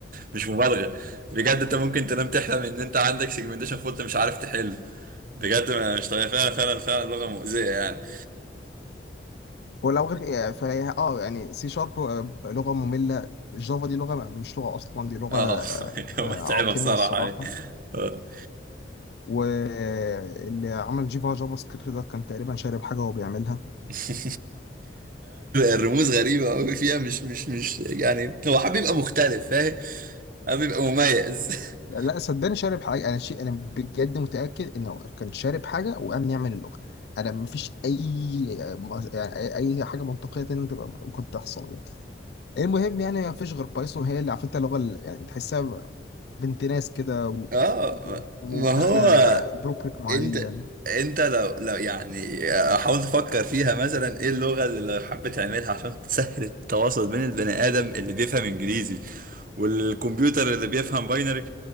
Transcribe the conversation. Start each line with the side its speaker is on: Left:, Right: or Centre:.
Right: مش مبالغة بجد انت ممكن تنام تحلم ان انت عندك سيجمنتيشن فولت مش عارف تحله بجد ما- مش طبيعي فعلا فعلا فعلا لغة مؤذية يعني
Left: ولو غير يعني فهي اه يعني سي شارب لغه ممله جافا دي لغه مش لغه اصلا دي لغه
Right: اه
Left: آه،
Right: <laughs> متعبة
Left: عقيمه
Right: بصراحة
Left: الصراحه
Right: آه.
Left: واللي عمل جيفا جافا سكريبت ده كان تقريبا شارب حاجه وهو بيعملها
Right: <laughs> الرموز غريبة أوي فيها مش مش مش يعني هو حابب يبقى مختلف فاهم حابب يبقى مميز <laughs>
Left: لا صدقني شارب حاجه انا شيء انا بجد متاكد انه كان شارب حاجه وقام يعمل اللغه انا مفيش اي يعني اي حاجه منطقيه تانية تبقى ممكن تحصل يعني. المهم يعني ما فيش غير بايثون هي اللي عارف انت اللغه اللي يعني تحسها بنت ناس كده و-
Right: اه
Left: و-
Right: ما
Left: وداخله
Right: ما هو
Left: بروبريك معين
Right: انت انت لو لو يعني حاول تفكر فيها مثلا ايه اللغة اللي حبيت تعملها عشان تسهل التواصل بين البني ادم اللي بيفهم انجليزي والكمبيوتر اللي بيفهم باينري